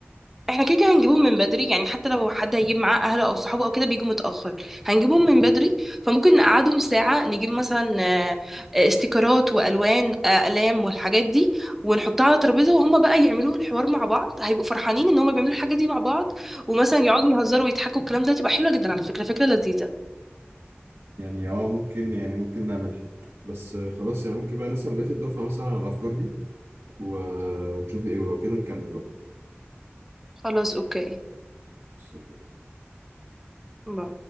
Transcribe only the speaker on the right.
يعني اه ممكن يعني ممكن نعملها بس آه، خلاص يعني ممكن بقى نسأل بقية الدفعة مثلا على الأفكار دي و... ونشوف إيه ولو كده نكمل
بقى